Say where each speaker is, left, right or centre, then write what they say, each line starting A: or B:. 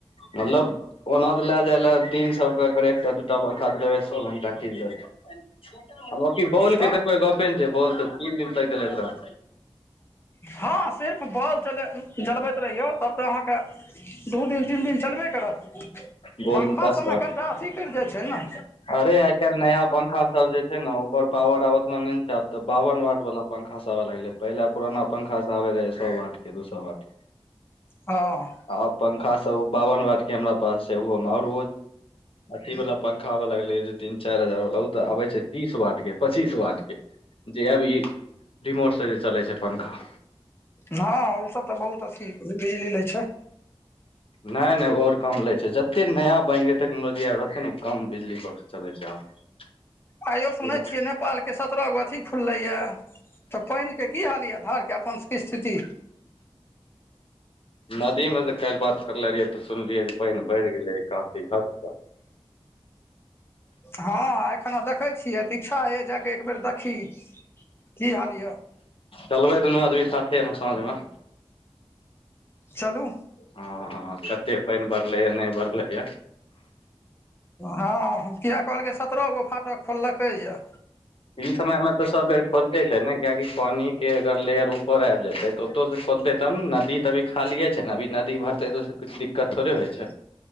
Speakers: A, on the left; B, on the left.
A: मतलब ओना तऽ ले जाय ले दिन सबके क्रेक एकटा दूटा पंखाऽ छओ घंटा की चलतै की बॉल
B: तब
A: के तऽ कोई गपे ने छै बॉल तऽ तीन दिन तक देलैत रह
B: हँ सिर्फ बल जरबैत रहियौ तब तऽ अहाँके दू दिन तीन दिन चलबे करत
A: बॉल
B: पंखा
A: मे दस
B: सबमे
A: वाट
B: कनिटा अथी इ जे छै ने
A: अरे आइ काल्हि नया पंखा सब जे छै ने ओकर पावर आब ओतना नहि छै आब तऽ बाबन वाट वला पंखा से आबि गलै पहिले पुराना पंखा से आबे रहै सो वाट के दू सौ वाट
B: हाँ
A: आ पंखा सब बावन वाट के हमरा पास छै ओहो में आऔर अथी वाला पंखा खाबऽ लगलै जे तीन चारि हजार वाला ओ तऽ आबे छै तीस वार्ड के पच्चीस वार्ड के जे अभी रिमोट से जे चलै छै पंखा
B: हँ ओ सब तऽ बहुत अथी बिजली लै छै
A: नहि नहि आओर कम लै छै जतेक नया बन टेक्नोलॉजी आबि रहल छै ने ओ कम बिजली परर चलै छै आब
B: आइयौ सुनै
A: पूरा
B: छियै ने नेपालके सत्रह गो अथी खुललै यऽ तऽ पानिके की हाल यऽ धारके अपनके सब कें स्थिति
A: नदीमे त काल्हि बात करले रहियै तऽ सुनलियै जे पानि बढ़ि गेलै काफी हद तक
B: हँ एखन देखै छियै तऽ इच्छा होइए जाकऽ एक बेेर देखी की हाल यऽ
A: चलबै दुनू आदमी साथेमे साँझमे
B: चलू
A: हँ कते पानि बढ़लैए नहि बढ़लै यऽ
B: हँ किया कहलकै सत्ररहो गो फाटक खोललकै या
A: ई समय में ते सब बेर खोलते छै ने कयिकि पानी के अगर लेयर ऊपर आब जेते ओतोसँ खोलतै तब नदी तऽ अी खालिये छै ने अभी नदी भरतै तसँ किछु दिक्कत थोड़े होइ छै